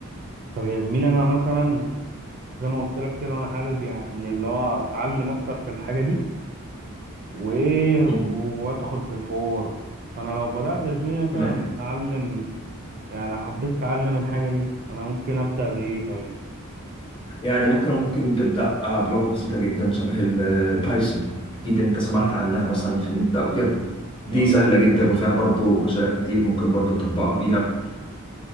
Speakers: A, on the right; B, on the left.
A: طب يا زميلي انا مثلا زي ما قلت لك كده انا حابب يعني اللي هو اتعلم اكتر في الحاجة دي وايه وادخل
B: مم.
A: في الحوار انا لو بدأت يا زميلي مثلا
B: تمام
A: اتعلم يعني حبيت اتعلم الحاجة دي انا ممكن ابدأ بايه طيب
B: يعني ممكن ممكن تبدأ آه، بلغة بسيطة جدا شبه البايثون أكيد أنت سمعت
A: امم
B: عنها مثلا في النت أو كده دي
A: امم
B: سهلة جدا وفيها برضو مشاريع كتير ممكن برضو تطبقها بيها